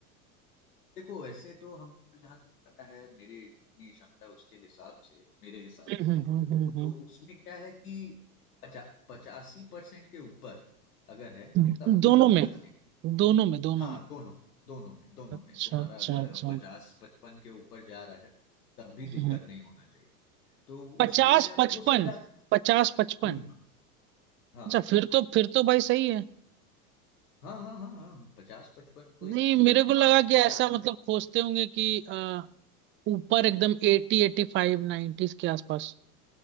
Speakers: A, on the left; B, on the right.
A: देखो ऐसे तो हमको जहाँ तक पता है मेरे जितनी क्षमता है उसके हिसाब से मेरे हिसाब
B: हम्म
A: से देखो
B: हम्म हम्म हम्म
A: तो उसमें क्या है कि पचा पचासी परसेंट के ऊपर अगर है
B: हम्म।
A: तब
B: दोनों
A: कोई दिक्कत
B: में दोनों में दोनों
A: हाँ
B: में
A: दोनों दोनों में दोनों
B: अच्छा
A: में तुम्हारा
B: अच्छा
A: अगर
B: अच्छा हम्म
A: पचास पचपन के ऊपर जा रहा है तब भी दिक्कत
B: हम्म।
A: नहीं होना चाहिए तो
B: पचास
A: उसमें है
B: पचपन
A: वो सब जा
B: पचास पचपन
A: हम्म हाँ
B: अच्छा फिर तो फिर तो भाई सही है
A: हाँ हाँ हाँ हाँ पचास पचपन तो
B: नहीं
A: एकदम
B: मेरे को लगा
A: हाँ पंचान
B: कि ऐसा मतलब खोजते होंगे कि अ, ऊपर एकदम एटी एटी फाइव नाइन्टीज के आसपास